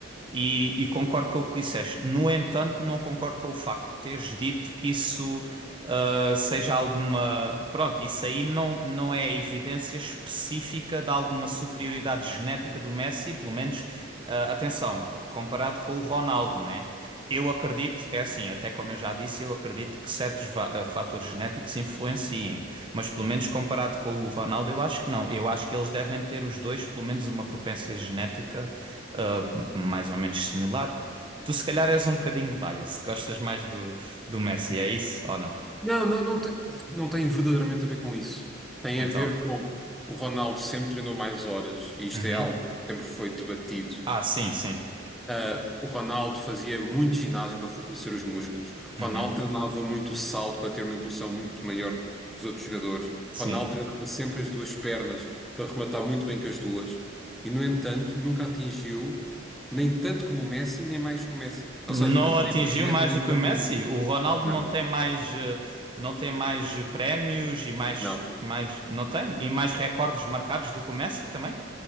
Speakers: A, on the right; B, in the centre.
A: E, e concordo com o que disseste. No entanto, não concordo com o facto de teres dito que isso ah, seja alguma. Pronto, isso aí não, não é evidência específica de alguma superioridade genética do Messi, pelo menos, ah, atenção, comparado com o Ronaldo, né? Eu acredito, é assim, até como eu já disse, eu acredito que certos va- ah, fatores genéticos influenciem, mas pelo menos comparado com o Ronaldo, eu acho que não. Eu acho que eles devem ter os dois, pelo menos, uma propensão genética uh, mais ou menos similar. Tu se calhar és um bocadinho biased, gostas mais do, do Messi, é isso ou não?
B: Não, não, não tem, não tem verdadeiramente a ver com isso. Tem
A: Então.
B: a ver com o Ronaldo sempre treinou mais horas, e isto
A: Uhum.
B: é algo que sempre foi debatido.
A: Ah, sim, sim.
B: Ah, o Ronaldo fazia muito ginásio para fortalecer os músculos. O
A: Uhum.
B: Ronaldo treinava muito o salto para ter uma impulsão muito maior que os outros jogadores.
A: Sim.
B: O Ronaldo treinava sempre as duas pernas para rematar muito bem com as duas. E, no entanto, nunca atingiu nem tanto como o Messi, nem mais que o Messi.
A: Não
B: Ou seja, nem
A: atingiu
B: tanto como o Messi,
A: mais
B: nem
A: do que
B: tanto
A: o Messi?
B: como o Messi.
A: O Ronaldo
B: Não,
A: não tem mais, eh, não tem mais prémios e mais,
B: não.
A: mais, não tem? E mais recordes marcados do que o Messi também?